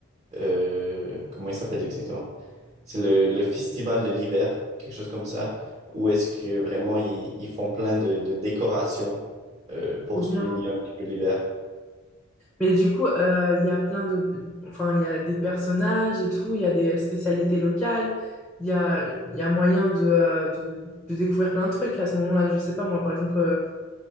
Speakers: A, on the right; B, in the centre.
A: euh, comment il s'appelle exactement? C'est le, le festival de l'hiver, quelque chose comme ça, où est-ce que vraiment ils, ils font plein de, de décorations euh, pour
B: Trop
A: souligner
B: bien.
A: un petit peu l'hiver.
B: Mais du coup, euh, il y a plein de... Enfin, il y a des personnages et tout, il y a des spécialités locales, il y a, il y a moyen de, euh, de, de découvrir plein de trucs à ce moment-là. Je sais pas, moi, par exemple, euh,